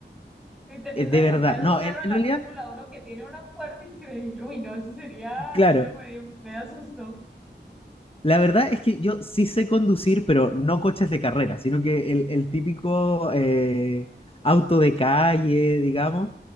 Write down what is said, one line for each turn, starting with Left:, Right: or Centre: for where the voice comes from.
Centre: Y te piensas
Left: Eh, De verdad,
Centre: montar en
Left: no,
Centre: un carro
Left: en,
Centre: de
Left: en
Centre: la
Left: realidad,
Centre: Fórmula Uno que tiene una fuerza increíble. Uy, no, eso sería,
Left: claro,
Centre: y no me dio, me da susto.
Left: la verdad es que yo sí sé conducir, pero no coches de carrera, sino que el, el típico eh, auto de calle, digamos,